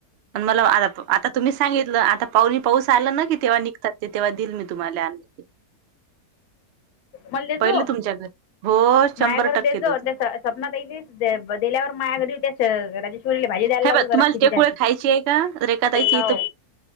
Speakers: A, on the right; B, on the left.
A: मला आता तुम्हींच सांगीतल आता जीवन माऊली पाऊस आला ना, की तेव्हा निघतात तेव्हा दिईल मी तुम्हाला आले की
B: मले देजो
A: पहिले तुमच्या घरी हो शंभर
B: माया्कड
A: टक्के
B: देत
A: देतो.
B: जो देता घर देजो. सपना ताईले दे दिल्यावर मायाकड डुटी असते. पोरीले भाजी द्यायला
A: हे
B: लाव
A: बघ
B: जराशी,
A: तुम्हाला टेकुळे खायची आहे का रेखाताईची
B: हाव